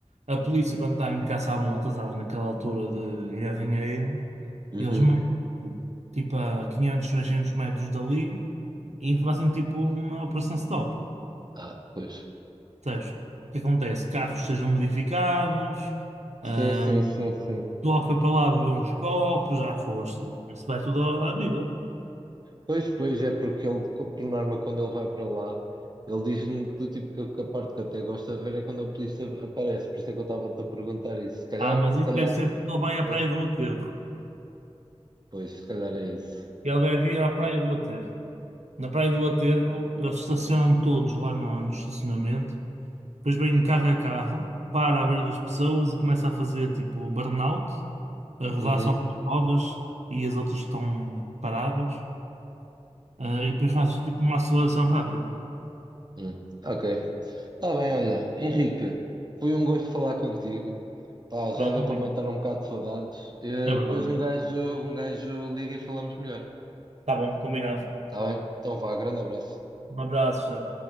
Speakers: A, on the right; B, on the right.
A: A polícia, quando está em caça à multa, sabes, naquela altura de ganhar dinheiro,
B: Uhum.
A: eles metem tipo a 500, 600 metros dali e fazem tipo uma operação stop.
B: Ah, pois.
A: Percebes? O que acontece? Carros sejam modificados, ahm,
B: Sim, sim, sim, sim.
A: tu logo foi para lá beber uns copos, já foste, isso vai tudo à vida.
B: Pois, pois, é porque ele, co- por norma, quando ele vai para lá, ele diz-me que do tipo que, que a parte que até gosta de ver é quando a polícia aparece, por isso é que eu estava-te a perguntar isso. Se calhar,
A: Ah, mas
B: se
A: isso
B: calhar,
A: deve ser porque ele vai à praia
B: é-
A: do Aterro.
B: pois, se calhar é isso.
A: E Ele deve ir à Praia do Aterro. Na Praia do Aterro, eles estacionam todos lá na- no estacionamento. Depois vem um carro a carro, para à beira das pessoas e começa a fazer tipo burnout, a rodar
B: Uhum,
A: só com as rodas e as outras estão paradas. Ah, e depois faz tipo uma aceleração rápida.
B: uhum. Ok. Está bem, olha, Henrique, foi um gosto falar contigo. Pá, já
A: Pronto,
B: deu
A: amigo.
B: para matar um bocado de saudades. Eh,
A: é verdade.
B: depois um gajo, um gajo liga e falamos melhor.
A: Tá bom, combinado.
B: Está bem? Então vá, grande abraço.
A: Um abraço, Zé.